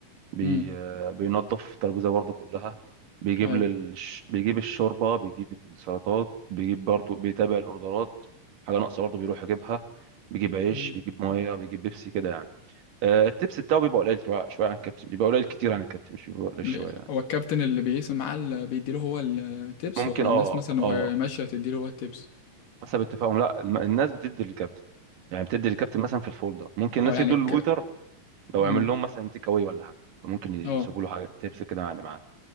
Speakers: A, on the right; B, on the left.
A: بي
B: امم
A: بينظف الترابيزة برضه كلها بيجيب
B: ايوه
A: للش... بيجيب الشوربة بيجيب السلطات بيجيب برضه بيتابع الأوردرات حاجة ناقصة برضه بيروح يجيبها بيجيب عيش
B: امم
A: بيجيب مية بيجيب بيبسي كده يعني آه التبس بتاعه بيبقى قليل شوية شوية عن الكابتن بيبقى قليل كتير عن الكابتن مش بيبقى قليل
B: ل-
A: شوية يعني
B: هو الكابتن اللي بيقسم معاه اللي بيديله هو التيبس
A: ممكن
B: ولا
A: اه
B: الناس مثلا
A: اه
B: وهي ماشية تديله هو التيبس
A: حسب اتفاقهم لا الم- الناس بتدي للكابتن يعني بتدي للكابتن مثلا في الفولدر ممكن
B: اه
A: الناس
B: يعني
A: يدوا
B: ك...
A: للويتر لو
B: امم
A: عمل لهم مثلا تيك اواي ولا حاجة ممكن يسيبوا
B: اه
A: له حاجة تبس كده يعني معاه